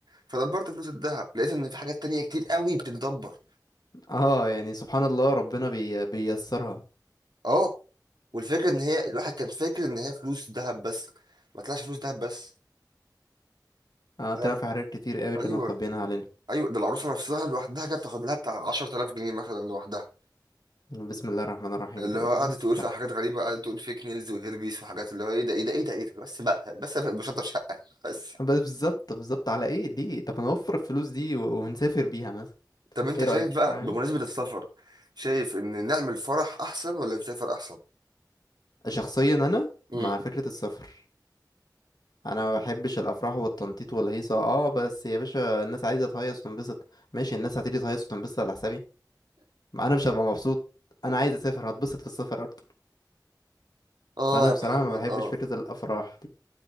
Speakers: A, on the right; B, on the left.
A: فدبرت فلوس الذهب لقيت ان في حاجات تانية كتير قوي بتتدبر
B: اه يعني سبحان الله ربنا بي... بيسرها
A: اه والفكره ان هي الواحد كان فاكر ان هي فلوس ذهب بس ما طلعش فلوس ذهب بس
B: اه طلع
A: آه،
B: في حاجات كتير قوي كانوا
A: ايوه
B: مخبيينها علينا
A: ايوه ده العروسه نفسها لوحدها كانت بتاخد لها بتاع 10000 جنيه مثلا لوحدها
B: بسم الله الرحمن الرحيم
A: اللي
B: كده
A: هو
B: فاهم
A: قعدت
B: استفتح
A: تقول فيها حاجات غريبه قعدت تقول فيك نيلز وهيربيس وحاجات اللي هو ايه ده ايه ده ايه ده ايه ده بس بقى بس أنا بشطب شقه بس
B: بس بالظبط بالظبط على ايه ليه طب نوفر الفلوس دي و... ونسافر بيها مثلا
A: طب انت
B: ايه رأيك
A: شايف بقى
B: فاهم
A: بمناسبه السفر شايف ان نعمل فرح احسن ولا نسافر احسن
B: شخصيا انا
A: امم
B: مع فكرة السفر انا ما بحبش الافراح والتنطيط والهيصه اه بس يا باشا الناس عايزه تهيص وتنبسط ماشي الناس هتيجي تهيص وتنبسط على حسابي ما انا مش هبقى مبسوط انا عايز اسافر هتبسط في السفر اكتر
A: اه
B: فانا
A: يا
B: بصراحه
A: محمد
B: ما بحبش
A: اه
B: فكره الافراح دي